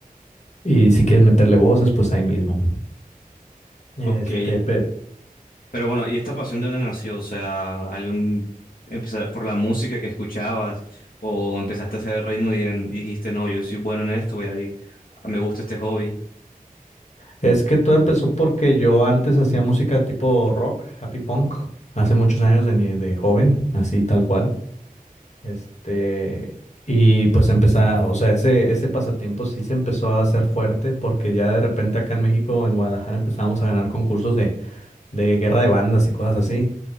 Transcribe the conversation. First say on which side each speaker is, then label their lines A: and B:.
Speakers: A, on the left; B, on the left.
A: Y si quieres meterle voces, pues ahí mismo. Este,
B: Ok.
A: pe-
B: Pero bueno, ¿y esta pasión de dónde nació? O sea, algún empezar por la música que escuchabas o empezaste a hacer ritmo y, en- dijiste, no, yo soy bueno en esto, voy a, di- me gusta este hobby.
A: Es que todo empezó porque yo antes hacía música tipo rock, happy punk, hace muchos años de, ni- de joven, así tal cual. Este, y pues empezaba, o sea, ese, ese pasatiempo sí se empezó a hacer fuerte porque ya de repente acá en México, en Guadalajara, empezábamos a ganar concursos de, de guerra de bandas y cosas así.